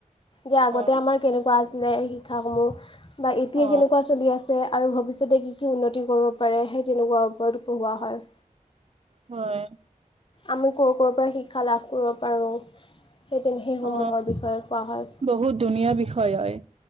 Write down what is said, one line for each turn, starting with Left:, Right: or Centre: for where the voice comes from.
Left: যে আগতে
Right: অ
Left: আমাৰ কেনেকুৱা আছিলে শিক্ষাসমূহ বা এতিয়া
Right: অ অ
Left: কেনেকুৱা চলি আছে আৰু ভৱিষ্যতে কি কি উন্নতি কৰিব পাৰে সেই তেনেকুৱা ওপৰত পঢ়োৱা হয়।
Right: হয়।
Left: আমি ক'ৰ ক'ৰ পৰা শিক্ষা লাভ কৰিব পাৰোঁ। সেই তেনে সেইসমূহৰ
Right: অ,
Left: বিষয়ে কোৱা হয়
Right: বহুত ধুনীয়া বিষয় হয়।